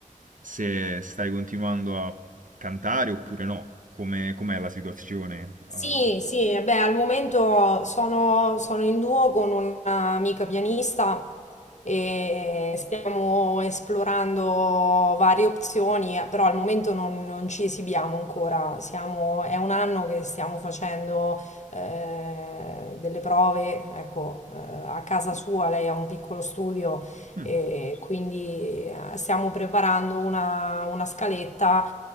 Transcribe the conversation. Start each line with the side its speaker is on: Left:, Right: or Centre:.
Right: se stai continuando a cantare oppure no. Come, com'è la situazione?
Left: Sì,
Right: eh.
Left: sì, beh, al momento sono, sono in duo con un'amica pianista e stiamo esplorando varie opzioni, eh, però al momento non, non ci esibiamo ancora. Siamo- è un anno che stiamo facendo eh, delle prove, ecco, eh, a casa sua, lei ha un piccolo studio
Right: Mm.
Left: e quindi eh, stiamo preparando una, una scaletta